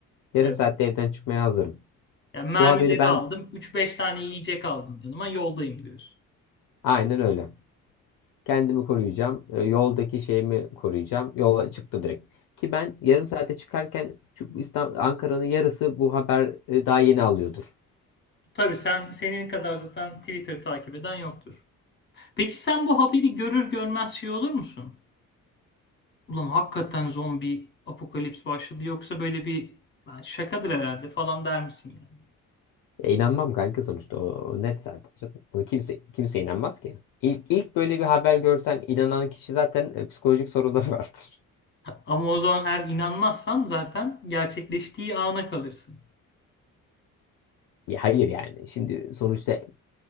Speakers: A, on the left; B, on the left.
A: Yarım
B: Evet.
A: saatte evden çıkmaya hazırım.
B: Yani mermileri
A: Bu haberi ben
B: aldım. üç beş tane yiyecek aldım yanıma. Yoldayım diyorsun.
A: aynen öyle. Kendimi koruyacağım. E, yoldaki şeyimi koruyacağım. Yola çıktım direkt. Ki ben yarım saate çıkarken şu İstanbul, Ankara'nın yarısı bu haber e, daha yeni alıyordur.
B: Tabii sen senin kadar zaten Twitter'ı takip eden yoktur. Peki sen bu haberi görür görmez şey olur musun? Ulan hakikaten zombi apokalips başladı yoksa böyle bir lan şakadır herhalde falan der misin yani?
A: E, inanmam kanka sonuçta o, o net zaten. canım. Ona kimse kimse inanmaz ki. İlk ilk böyle bir haber görsen inanan kişi zaten e, psikolojik soruları <laughs> vardır.
B: Ama o zaman eğer inanmazsan zaten gerçekleştiği ana kalırsın.
A: Ya hayır yani. Şimdi sonuçta